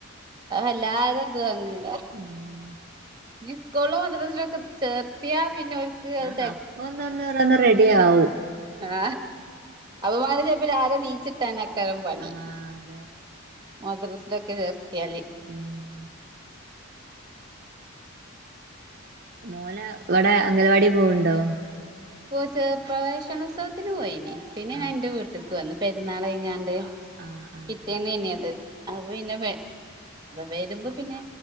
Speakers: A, on the right; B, on the right.
A: അ അല്ലാ അതു അങനെ
B: <inaudible>
A: ഞ്ഞ് ഉസ്കോളൊ മദ്രസത്തിലൊക്കെ ചേർത്തിയാ പിന്നെ ഓൽക്ക് അത്
B: ആ അപ്പൊന്ന്ന്ന്ന്ന് റെഡി ആവും
A: ആ അപമാനിച്ച ഇഞ്പ്പോ രാവിലെ നീച്ച് കിട്ടാനാ ക്കരാം പണി
B: ആഹ് അതെ
A: മദ്രസലക്കെ ചേർത്തി ചേർത്തിയാൽ
B: ഉം മോനെഇവടെ അംഗലവാടി പോവണ്ടോ
A: പോ ചെ പ്രവേശനോത്സവത്തിന് പോയിനി പിന്നെ
B: ആഹ്
A: ഞാൻ എൻന്റെ വീട്ടേക്ക് വന്നു പെരുന്നാൾ കഴിഞ്ഞാണ്ട്
B: ആഹ് ആഹ്
A: പിറ്റേന്നെനി അത് അപ്പോ പിന്നെ വരുമ്പോ പിന്നെ